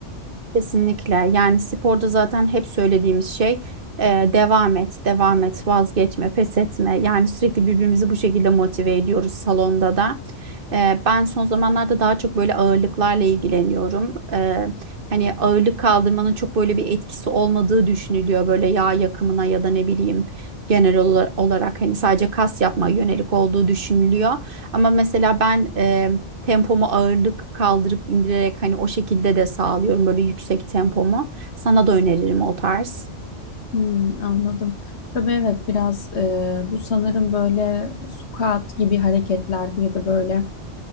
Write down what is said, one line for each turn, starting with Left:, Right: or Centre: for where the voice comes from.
Right: Kesinlikle. Yani sporda zaten hep söylediğimiz şey e, devam et, devam et, vazgeçme, pes etme. Yani sürekli birbirimizi bu şekilde motive ediyoruz salonda da. Eee, ben son zamanlarda daha çok böyle ağırlıklarla ilgileniyorum. Eee, hani ağırlık kaldırmanın çok böyle bir etkisi olmadığı düşünülüyor. Böyle yağ yakımına ya da ne bileyim genel ola- olarak hani sadece kas yapmaya yönelik olduğu düşünülüyor. Ama mesela ben eee, tempomu ağırlık kaldırıp indirerek hani o şekilde de sağlıyorum böyle yüksek tempomu. Sana da öneririm o tarz.
Left: Hmm, anladım. Tabii evet biraz e, bu sanırım böyle squat gibi hareketlerde ya da böyle